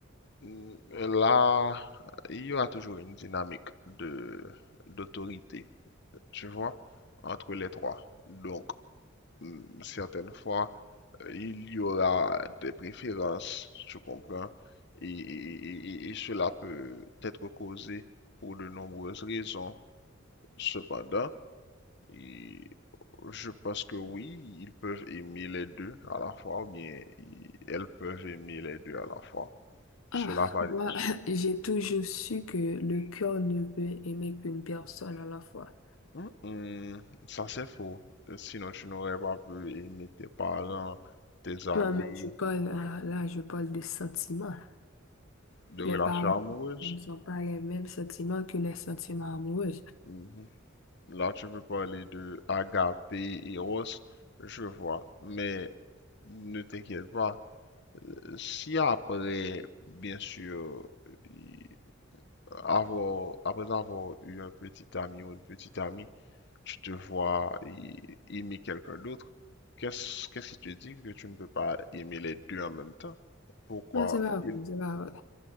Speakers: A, on the left; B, on the left.
A: hmm, là, il y aura toujours une dynamique de d'autorité, tu vois, entre les trois. Donc, hmm, certaines fois, il y aura des préférences, tu comprends, et, et- et- et cela peut être causé pour de nombreuses raisons. Cependant, il- je pense que oui, ils peuvent aimer les deux à la fois, ou bien ils- elles peuvent aimer les deux à la fois. Cela
B: Ah,
A: va...
B: moi,
A: ce-
B: <laughs> j'ai toujours su que le cœur ne peut aimer qu'une personne à la fois.
A: Hum, hum, ça c'est faux. Sinon, tu n'aurais pas pu aimer tes parents, tes amis,
B: Moi, mais je parle, euh, là, je parle de sentiments.
A: de relations
B: Les parents
A: amoureuses.
B: ne sont pas les mêmes sentiments que les sentiments amoureux.
A: Mhm. Là, tu veux parler de Agapé et Eros, je vois. Mais ne t'inquiète pas. Si après, bien sûr, y- avoir, après avoir eu un petit ami ou une petite amie, tu te vois y- aimer quelqu'un d'autre, qu'est-ce, qu'est-ce qui te dit que tu ne peux pas aimer les deux en même temps? Pourquoi
B: Non, c'est pas vrai,
A: il,
B: c'est pas vrai.